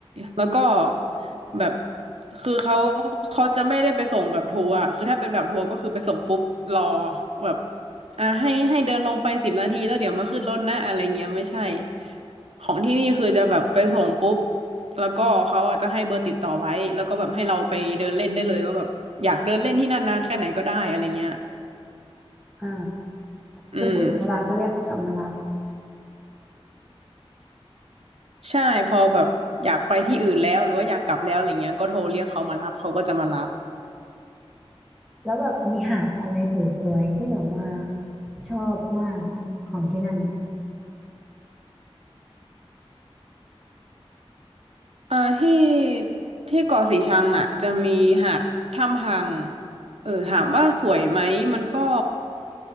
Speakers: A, on the right; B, in the centre.
A: แล้วก็แบบคือเขาเขาจะไม่ได้ไปส่งแบบทัวร์อะคือถ้าเป็นแบบทัวร์ก็คือไปส่งปุ๊บรอแบบอ่าให้ให้เดินลงไปสิบนาทีแล้วเดี๋ยวมาขึ้นรถนะอะไรเงี้ยไม่ใช่ของที่นี่คือจะแบบไปส่งปุ๊บแล้วก็เขาอาจจะให้เบอร์ติดต่อไว้แล้วก็แบบให้เราไปเดินเล่นได้เลยว่าแบบอยากเดินเล่นที่นั่นนานแค่ไหนก็ได้อะไรเงี้ย
B: อ่า
A: อืม
B: แล้วพูดถึงเวลาก็เรียกเขากลับมารับ
A: ใช่พอแบบอยากไปที่อื่นแล้วหรือว่าอยากกลับแล้วอะไรเงี้ยก็โทรเรียกเขามารับเขาก็จะมารับ
B: แล้วแบบมีหาดอะไรสวยๆ ที่แบบว่าชอบมากไหมของที่นั่นอ่ะ
A: เอ่อที่ที่เกาะสีชังอ่ะจะมีหาดถ้ำพังเออถามว่าสวยไหมมันก็